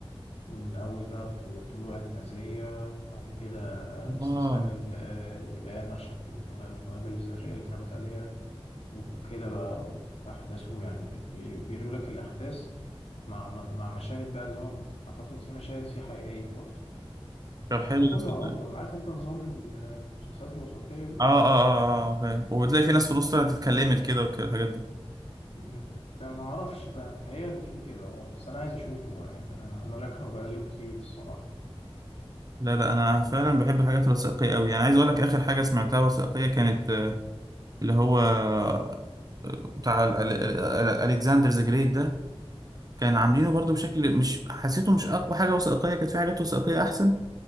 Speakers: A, on the left (about 85°); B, on the right (about 40°).
A: من أول بقى ط- طلوع النازية وبعد كده استسلام
B: اه
A: ال- اليابان عشان القنا- القنابل الذرية اللي اترمت عليها وكده بقى أحداثه يعني بي- بي- بيقولوا لك الأحداث مع مع مشاهد بقى اللي هو أعتقد في مشاهد فيه حقيقية برضه
B: طب
A: يعني
B: حلو
A: هو كله
B: ده
A: على بعضه عارف أنت نظام ال- المسلسلات الوثائقية دي
B: اه اه اه اه فاهم وبتلاقي في ناس في النص طلعت اتكلمت كده وكده الحاجات دي
A: مت- ما أعرفش بقى متهيألي فيه كده أه بس أنا عايز أشوفه بقى يعني أنا أنا راكنه بقاله كتير الصراحة
B: لا لا انا فعلا بحب الحاجات الوثائقيه قوي يعني عايز اقول لك اخر حاجه سمعتها وثائقيه كانت آه، اللي هو آه، بتاع ال- ال- ال- ال- الكسندر ذا جريت ده كان عاملينه برضو بشكل مش حسيته مش اقوى حاجه وثائقيه كانت في حاجات وثائقيه احسن